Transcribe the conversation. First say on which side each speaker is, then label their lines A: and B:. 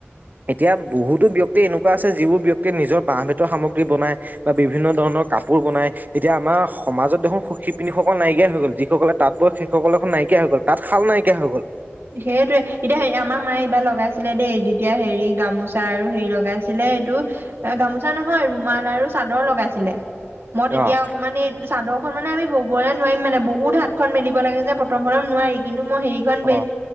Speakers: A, on the right (about 40°); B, on the right (about 65°).
A: এতিয়া বহুতো ব্যক্তি এনেকুৱা আছে, যিবোৰ ব্যক্তিয়ে নিজৰ বাঁহ-বেতৰ সামগ্ৰী বনাই বা বিভিন্ন ধৰণৰ কাপোৰ বনাই, এতিয়া আমাৰ সমাজত দেখোন সু-শিপিনীসকল নাইকিয় নাইকিয়াই হৈ গল যিসকলে তাঁত বয় সেইসকলে দেখোন নাইকিয়াই হৈ গল, তাঁত-শাল নাইকিয়া হৈ গল।
B: সেইটোৱেই এতিয়া হেৰি আমাৰ মায়ে এইবাৰ লগাইছিলে দেই, যেতিয়া হেৰি গামোচা আৰু হেৰি লগাইছিলে এইটো গামোচা নহয় ৰুমাল আৰু চাদৰ লগাইছিলে মই তেতিয়া
A: অ'।
B: অকনমানী চাদৰখনমানে আমি ববলৈ নোৱাৰিম মানে বহুত হাতখন মেলিব লাগে যে প্ৰথম-প্ৰথম নোৱাৰি কিন্তু হেৰিখন
A: অ'।